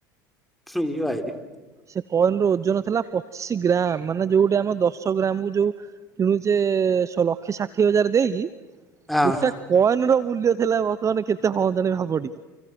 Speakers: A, in the centre; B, on the right.
A: ଫ୍ରୀ ୟୁଏଇରି।
B: ସେ କଏନ ର ଓଜନ ଥିଲା ପଚିଶି ଗ୍ରାମ୍। ମାନେ ଯୋଉଠି ଆମ ଦଶ ଗ୍ରାମ କୁ ଯୋଉ ଯେ ଶ ଲକ୍ଷେ ଷାଠିଏ ହଜାର ଦେଇକି
A: ହଁ।
B: ଗୋଟା କଏନ ର ମୂଲ୍ୟ ଥିଲା ବର୍ତ୍ତମାନ କେତେ ହିଁତାନୀ ହେବଣି।